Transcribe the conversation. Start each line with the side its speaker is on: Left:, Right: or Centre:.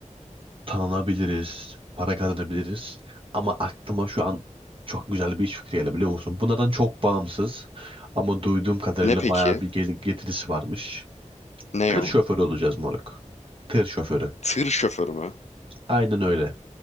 Right: tanınabiliriz. Para kazanabiliriz. Ama aklıma şu an çok güzel bir iş fikri geldi biliyor musun? Bunlardan çok bağımsız. Ama duyduğum kadarıyla
Left: Ne peki?
Right: bayağı bir gel- getirisi varmış.
Left: Ne
Right: Tır
Left: o?
Right: şoförü olacağız moruk. Tır şoförü.
Left: Tır şoförü mü?
Right: Aynen öyle.